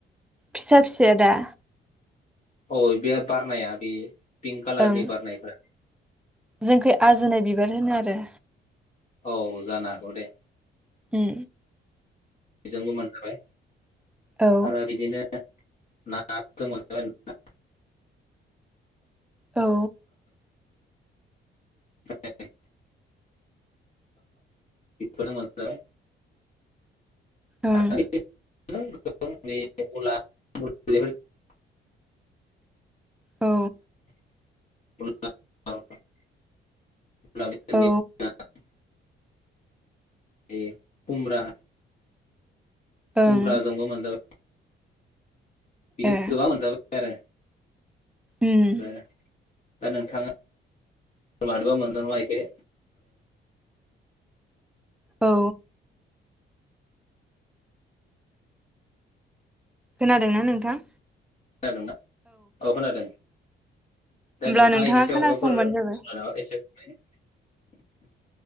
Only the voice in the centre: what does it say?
फिसा फिसाया दा?
ओं
जोंखै आजोनाय बिबार होनो आरो।
ए।
औ
औ।
औं।
औ।
औ
ओं
ए
उम
औ। खोनादोंना नोंथां।
होमब्ला
खोनासंबानो जाबाय